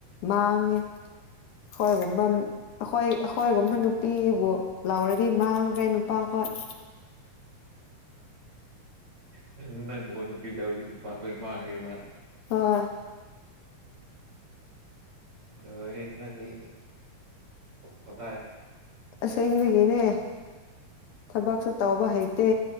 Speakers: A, on the left (about 80°); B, on the right (about 35°).
A: ꯃꯥꯡꯉꯦ ꯑꯩꯈꯣꯏꯒꯨꯝꯕ ꯑꯩꯈꯣꯏ ꯑꯩꯈꯣꯏꯒꯨꯝꯕ ꯅꯨꯄꯤꯕꯨ ꯂꯥꯎꯔꯗꯤ ꯃꯥꯡꯈ꯭ꯔꯦ ꯄꯈꯠ
B: ꯅꯪ ꯅꯪ ꯃꯣꯟ ꯅꯨꯄꯤ ꯂꯧꯔꯤ ꯅꯨꯄꯥ ꯑꯩꯈꯣꯏ ꯃꯥꯡꯈ꯭ꯔꯤꯕ
A: ꯍꯣꯏ
B: ꯎꯝ ꯂꯣꯏꯔ ꯏ ꯋꯥ ꯇꯥ
A: ꯑꯁ ꯍꯃꯤꯒꯅꯦ ꯊꯕꯛꯁꯨ ꯇꯧꯕ ꯍꯩꯇꯦ